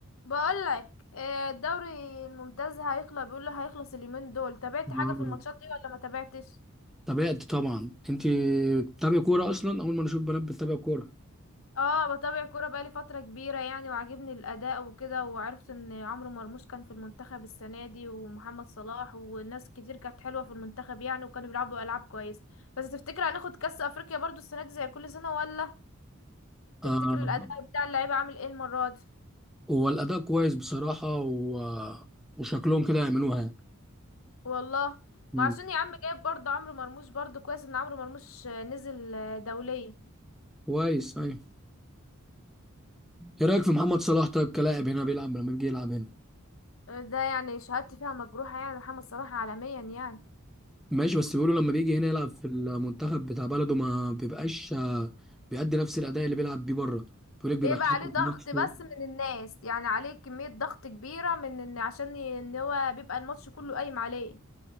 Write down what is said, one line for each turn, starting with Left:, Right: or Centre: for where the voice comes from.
Left: بقولك آه، الدوري الممتاز هيخلص بيقول له هيخلص اليومين دول تابعت
Centre: آه،
Left: حاجة في الماتشات دي ولا ما تابعتش
Centre: تابعت طبعا انت بتتابع كوره اصلا اول ما نشوف بنات بتتابع كوره
Left: اه بتابع كورة بقالي فترة كبيرة يعني وعاجبني الأداء وكده وعرفت ان عمرو مرموش كان في المنتخب السنة دي ومحمد صلاح والناس كتير كانت حلوة في المنتخب يعني وكانوا بيلعبوا ألعاب كويسة بس تفتكر هناخد كأس أفريقيا برضو السنة دي زي كل سنة ولا
Centre: آه
Left: تفتكر الأداء بتاع اللعيبة عامل ايه المرة دي
Centre: هو الاداء كويس بصراحه و... وشكلهم كده يعملوها يعني
Left: والله
Centre: مم.
Left: ما عشان يا عم جايب برضو عمرو مرموش برضو كويس ان عمرو مرموش آه، نزل آه، دولية
Centre: كويس ايوه ايه رايك في محمد صلاح طيب كلاعب هنا بيلعب لما بيجي يلعب هنا
Left: ده يعني شهادتي فيها مجروحة يعني محمد صلاح عالميا يعني
Centre: ماشي بس بيقولوا لما بيجي هنا يلعب في المنتخب بتاع بلده ما بيبقاش آه، بيأدي نفس الاداء اللي بيلعب بيه بره بيقول لك بيبقى
Left: بيبقى
Centre: خايف
Left: عليه
Centre: على
Left: ضغط
Centre: نفسه
Left: بس من الناس يعني عليه كمية ضغط كبيرة من ان عشان ي- ان هو بيبقى الماتش كله قايم عليه